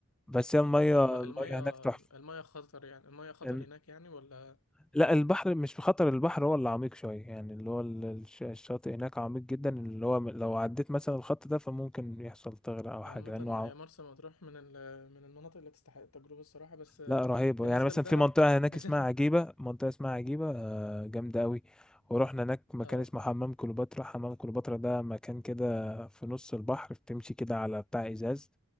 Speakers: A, in the centre; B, on the left.
A: بس
B: اه
A: هي المية
B: الم... المية
A: المية هناك تحفة
B: المية خطر يعني المية خطر
A: إن-
B: هناك يعني ولا
A: لا البحر مش بخطر البحر هو اللي عميق شوية يعني اللي هو ال- الش- الشاطئ هناك عميق جدا اللي هو لو عديت مثلا الخط ده فممكن يحصل تغرق أو حاجة
B: عامة
A: لأنه ع-
B: هي مرسى مطروح من ال- من المناطق اللي تستحق التجربة الصراحة بس آه،
A: لا رهيبة
B: بالنسبة
A: يعني مثلا
B: لدهب
A: في منطقة هناك
B: <laughs> بالنسبة
A: اسمها عجيبة منطقة اسمها عجيبة آه، جامدة قوي ورحنا هناك مكان
B: اه
A: اسمه حمام كليوباترا حمام كليوباترا ده مكان كده في نص البحر بتمشي كده على بتاع إزاز